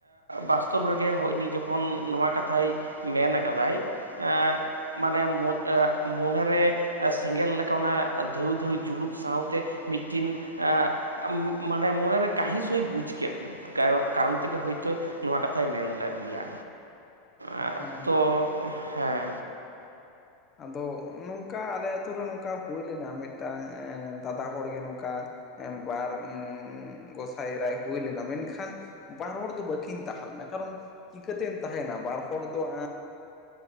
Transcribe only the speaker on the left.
ᱦᱮᱸ
ᱟᱫᱚ ᱱᱚᱝᱠᱟ ᱟᱞᱮ ᱟᱛᱩᱨ ᱨᱮ ᱱᱚᱝᱠᱟ ᱦᱩᱭ ᱞᱮᱱᱟ ᱢᱤᱫᱴᱟᱱ ᱮᱸ ᱫᱟᱫᱟ ᱦᱚᱲᱜᱮ ᱱᱚᱝᱠᱟᱼᱼ ᱮᱸ ᱵᱟᱨ ᱜᱚᱸᱥᱟᱭ ᱮᱨᱟᱭ ᱦᱩᱭ ᱞᱮᱱᱟ ᱢᱮᱱᱠᱷᱟᱱᱼᱼ ᱵᱟᱨ ᱦᱚᱲ ᱫᱚ ᱵᱟᱹᱠᱤᱱ ᱛᱟᱦᱮᱸ ᱞᱮᱱᱟ ᱠᱟᱨᱚᱱ ᱪᱤᱠᱟᱹᱛᱮᱢ ᱛᱟᱦᱮᱱᱟ ᱵᱟᱨ ᱦᱚᱲ ᱫᱚ ᱮᱸ